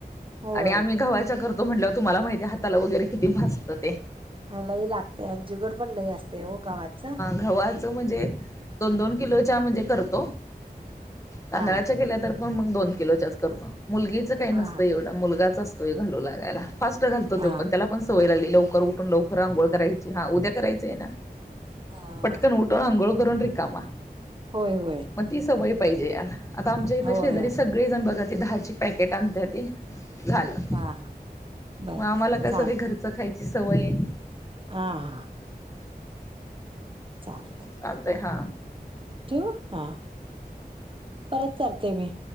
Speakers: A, on the right; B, on the left.
A: होय
B: आणि आम्ही घवाच्या करतो म्हटल्यावर... तुम्हाला माहितीये... हाताला वगैरे किती भाजतं ते
A: आणी लई लागतय... आणी जीगट पण लई असतय हो... गव्हाचं
B: घव्हाचं म्हणजे... दोन दोन किलोच्या... म्हणजे करतो... तांदळाच्या
A: हा
B: केल्या तर मग... मग दोन किलोच्याच करतो. मुलगीचं काई नसतं
A: हा
B: एवढं... मुलगाच असतोय घालू लागायला फास्ट घालतो
A: हा
B: त्यो पण... त्याला पण सवय लागली.. लवकर उठुन... लवकर अंघोळ करायची... हा... उद्या करायचंय ना
A: हा
B: पटकन उठून.. आंगोळ करुन रिकामा
A: होय होय
B: मग ती सवय पाहिजे याला... आता आमच्या हीतं
A: होय
B: शेजारीच सगळीजण बघा... ती दहाची पॅकेट आणत्याती... झालं
A: हा हा बर
B: मग आम्हाला
A: बर
B: कसं...
A: चालत
B: ते घरचं खायची सवय ए
A: हा हा चालतय
B: चालतय हा
A: ठीऊ? हा... परत करते मी